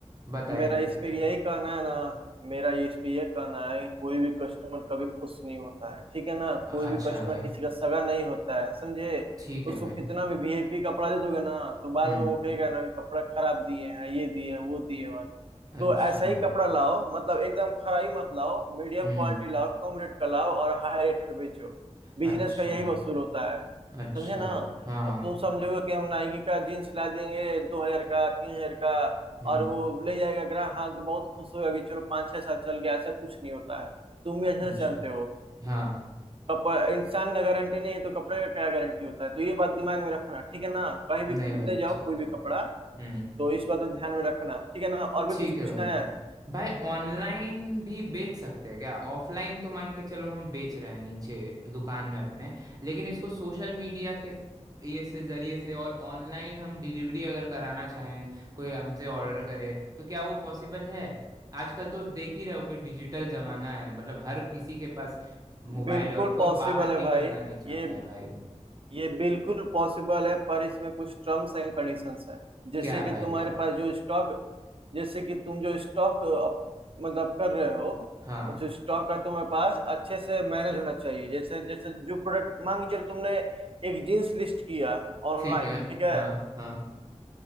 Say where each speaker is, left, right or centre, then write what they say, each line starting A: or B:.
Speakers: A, on the right; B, on the right.
A: बताइए
B: मेरा
A: भाई
B: इस
A: बताइए
B: पे यही कहना है ना मेरा ये इस पे ये कहना है कोई भी कस्टमर कभी खुश नहीं होता है ठीक है ना
A: अ-
B: कोई भी
A: अच्छा
B: कस्टमर
A: भाई
B: किसी का सगा नहीं होता है समझे
A: ठीक है
B: उसको
A: भाई
B: कितना भी वीआईपी कपड़ा दे दोगे ना तो बाद
A: हम्म
B: में वो कहेगा ना कि कपड़ा खराब दिए हैं ये दिए हैं वो दिए हैं
A: अच्छा
B: तो ऐसा ही कपड़ा लाओ मतलब एकदम खरा ही मत लाओ मीडियम
A: हम्म
B: क्वालिटी लाओ कम रेट का लाओ और हाई रेट पे बेचो बिजनेस
A: अच्छा
B: का यही वसूल होता है
A: अच्छा
B: समझे ना
A: हाँ
B: अब
A: हाँ,
B: तुम समझोगे कि हम नाइकी का जीन्स ला देंगे दो हजार का तीन हजार का
A: हम्म
B: और वो ले जाएगा ग्राहक हाँ तो बहुत खुश होगा कि चलो पाँच छह साल चल गया ऐसा कुछ नहीं होता है तुम भी अच्छे
A: अच्छा
B: से जानते हो
A: हाँ
B: कपड़ा इंसान का गारंटी नहीं है तो कपड़े का क्या गारंटी होता है तो ये बात दिमाग में रखना ठीक है ना कहीं भी
A: नहीं
B: खरीदने
A: भाई
B: जाओ
A: ठीक
B: कोई भी
A: है
B: कपड़ा
A: हम्म
B: तो इस बात को ध्यान में रखना ठीक है ना और भी
A: ठीक
B: कुछ पूछना
A: है भाई
B: है
A: भाई ऑनलाइन भी बेच सकते हैं क्या ऑफलाइन तो मान के चलो हम बेच रहे हैं नीचे दुकान में अपने लेकिन इसको सोशल मीडिया के ये से जरिए से और ऑनलाइन हम डिलीवरी अगर कराना चाहें कोई हमसे ऑर्डर करे तो क्या वो पॉसिबल है आजकल तो देख ही रहे हो कि डिजिटल जमाना है मतलब हर किसी के पास मोबाइल
B: बिल्कुल
A: है और
B: पॉसिबल
A: कोई बाहर निकलना
B: है भाई
A: नहीं चाहता
B: ये
A: है भाई
B: ये बिल्कुल पॉसिबल है पर इसमें कुछ टर्म्स एंड कंडीशंस है जैसे
A: क्या है
B: कि
A: भाई
B: तुम्हारे
A: क्या
B: पास जो स्टॉक जैसे कि तुम जो स्टॉक मतलब कर रहे हो
A: हाँ
B: उस स्टॉक का तुम्हारे पास अच्छे से मैनेज होना चाहिए जैसे जैसे जो प्रोडक्ट मांग चलो तुमने एक जींस लिस्ट किया ऑनलाइन
A: ठीक है
B: ठीक है
A: हाँ हाँ